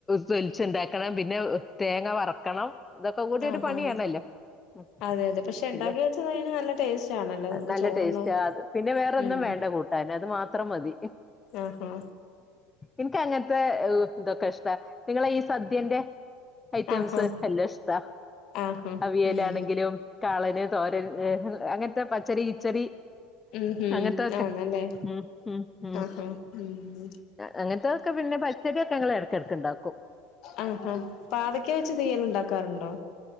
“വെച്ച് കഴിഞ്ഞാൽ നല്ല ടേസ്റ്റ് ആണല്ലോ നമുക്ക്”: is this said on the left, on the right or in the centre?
Left